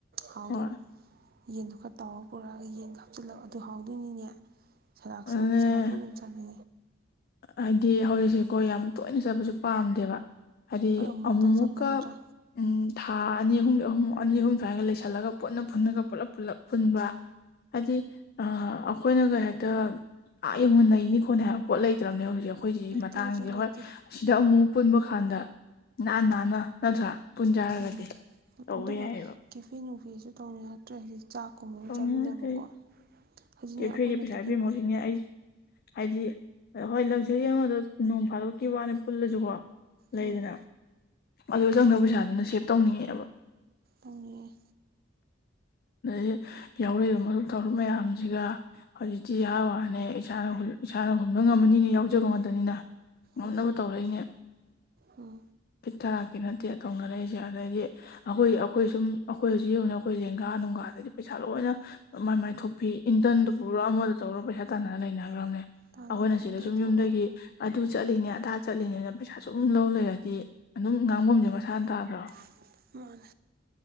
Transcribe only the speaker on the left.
ꯍꯣꯏ
ꯑꯗꯨꯅꯦ
ꯍꯥꯏꯗꯤ ꯍꯧꯖꯤꯛꯁꯦꯀꯣ ꯌꯥꯝ ꯇꯣꯏꯅ ꯆꯠꯄꯁꯨ ꯄꯥꯝꯗꯦꯕ ꯍꯥꯏꯗꯤ
ꯑꯃꯨꯛ ꯑꯃꯨꯛꯀ
ꯎꯝ ꯊꯥ ꯑꯅꯤ ꯑꯍꯨꯝ ꯑꯍꯨꯝ ꯑꯅꯤ ꯑꯍꯨꯝ ꯁ꯭ꯋꯥꯏꯒ ꯂꯩꯁꯜꯂꯒ ꯄꯨꯠꯅ ꯐ ꯄꯨꯟꯅꯒ ꯄꯨꯜꯂꯞ ꯄꯨꯂꯞ ꯄꯨꯟꯕ ꯍꯥꯏꯗꯤ ꯑꯩꯈꯣꯏꯅ ꯀꯩ ꯍꯥꯏꯦꯛꯇ ꯑꯥ ꯌꯧꯉꯨꯟꯅꯩꯅꯤ ꯈꯣꯠꯅꯦ ꯍꯥꯏ ꯂꯩꯇ꯭ꯔꯕꯅꯦ ꯍꯧꯖꯤꯛ ꯑꯩꯈꯣꯏꯁꯤ
ꯃꯇꯥꯡꯁꯦ
ꯍꯣꯏ ꯑꯁꯤꯗ ꯑꯃꯨꯛꯛ ꯄꯨꯟꯕ ꯀꯥꯟꯗ ꯏꯍꯥꯟ ꯅꯥꯟꯅ ꯅꯠꯇ꯭ꯔꯥ ꯄꯨꯟꯖꯔꯒꯗꯤ
ꯇꯧꯕ
ꯌꯥꯏꯑꯕ
ꯇꯧꯅꯤꯡꯉꯛꯇꯦ
ꯀꯦꯐꯦꯒꯤ
ꯄꯩꯁꯥ ꯄꯤꯕ
ꯍꯧꯖꯤꯛꯅꯦ ꯑꯩ ꯍꯥꯏꯗꯤ ꯍꯣꯏ ꯂꯛꯖꯔꯤ ꯑꯃꯗꯣ ꯅꯣꯡ ꯐꯥꯗꯣꯛꯀꯤ ꯋꯥꯅꯤ ꯄꯨꯜꯂꯁꯨꯀꯣ ꯂꯩꯗꯅ
ꯑꯗꯨ ꯆꯪꯗꯕ ꯄꯩꯁꯥꯗꯨꯅ ꯁꯦꯚ ꯇꯧꯅꯤꯡꯉꯛꯑꯦꯕ
ꯑꯗꯩꯗꯒꯤ ꯌꯥꯎꯔꯛꯏꯕ ꯇꯧꯔꯛ ꯃꯌꯥꯝꯁꯤꯒ ꯍꯧꯖꯤꯛꯇꯤ ꯌꯥꯍꯥꯟ ꯋꯥ ꯍꯅꯦ ꯏꯁꯥꯅ ꯏꯁꯥꯅ ꯍꯨꯟꯕ ꯉꯝꯃꯅꯤꯅ ꯌꯥꯎꯖꯕꯝ ꯉꯗꯅꯤꯅ ꯉꯝꯅꯕ
ꯇꯧꯔꯛꯏꯅꯦ
ꯐꯤꯠ ꯊꯔꯛꯀꯤ ꯅꯠꯇꯦ ꯇꯧꯅꯔꯛꯏꯁꯦ ꯑꯗꯩꯗꯤ ꯑꯩꯈꯣꯏ ꯑꯩꯈꯣꯏ ꯁꯨꯝ ꯑꯩꯈꯣꯏ ꯍꯧꯖꯤꯛ ꯌꯡꯅ ꯑꯩꯈꯣꯏ ꯖꯦꯡꯒꯥ ꯅꯨꯡꯒꯥꯗꯒꯤ ꯄꯩꯁꯥ ꯂꯣꯏꯅ ꯃꯥꯏ ꯃꯥꯏꯊ ꯊꯣꯛꯄꯤ ꯏꯟꯗꯟꯗꯨ ꯄꯨꯔꯣ ꯑꯃꯗ ꯇꯧꯔꯣ ꯄꯩꯁꯥ ꯇꯥꯟꯅꯅ ꯂꯩꯅꯈ꯭ꯔꯕꯅꯦ꯫
ꯑꯩꯈꯣꯏꯅ ꯁꯤꯗ
ꯁꯨꯝ ꯌꯨꯝꯗꯒꯤ ꯑꯗꯨ ꯆꯠꯂꯤꯅꯦ ꯑꯗꯥ ꯆꯠꯂꯤꯅꯤꯅ ꯄꯩꯁꯥ ꯁꯨꯝ ꯂꯧ ꯂꯩꯔꯗꯤ ꯑꯗꯨꯝ ꯉꯥꯡꯐꯝꯁꯦ ꯃꯁꯥꯅ ꯇꯥꯗ꯭ꯔꯣ